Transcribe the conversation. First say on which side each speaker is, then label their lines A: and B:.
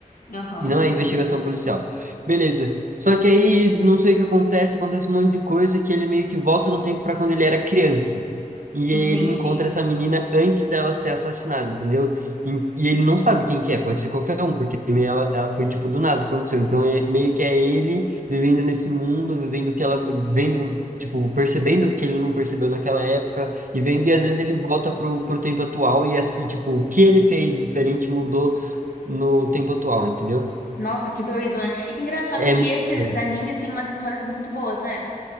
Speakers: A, on the left (about 80°); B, on the right (about 65°).
A: aham,
B: Não
A: entendi.
B: é investigação policial. Beleza. Só que aí, não sei o que acontece, acontece um monte de coisa que ele meio que volta no tempo para quando ele era criança. E
A: Entendi.
B: aí ele encontra essa menina antes dela ser assassinada, entendeu? E, e ele não sabe quem que é, pode ser qualquer um, porque meio ela, ela foi tipo do nada que aconteceu. Então é, meio que é ele vivendo nesse mundo, vivendo o que ela, vendo, tipo, percebendo o que ele não percebeu naquela época, e vendo, e às vezes ele volta pro, pro tempo atual e, as- e tipo, o que ele fez diferente mudou no tempo atual, entendeu?
A: Nossa, que doido, né? Engraçado
B: É
A: que
B: muito
A: esses
B: doido.
A: animes têm umas histórias muito boas, né?